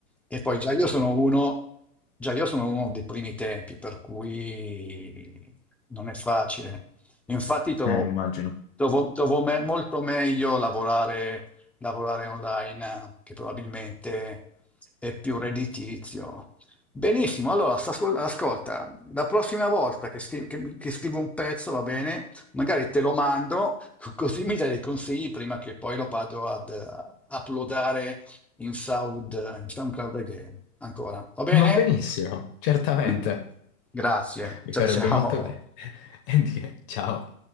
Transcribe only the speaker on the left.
immagino.
Va benissimo, certamente.
Mi
farebbe
molto bene. <laughs> E di che, ciao.